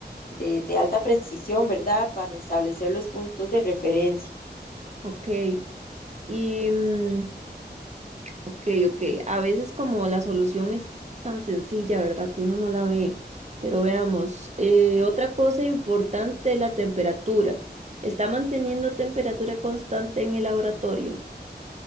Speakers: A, on the left; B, on the right.
A: de, de alta precisión, ¿verdad? Para establecer los puntos de referencia.
B: ok. Y mm, Ok, ok. A veces como la solución es tan sencilla, ¿verdad? Que uno no la ve. Pero veamos, eh, otra cosa importante es la temperatura. ¿Está manteniendo temperatura constante en el laboratorio?